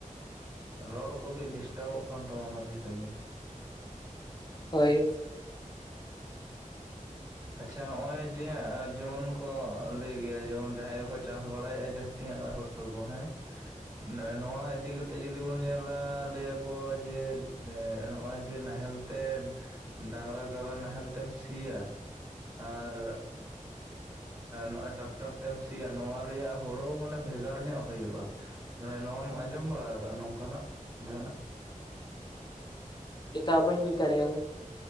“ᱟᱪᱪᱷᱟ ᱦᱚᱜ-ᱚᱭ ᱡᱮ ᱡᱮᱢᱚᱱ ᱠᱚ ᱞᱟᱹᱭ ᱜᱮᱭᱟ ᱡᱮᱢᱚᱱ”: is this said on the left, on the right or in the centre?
Right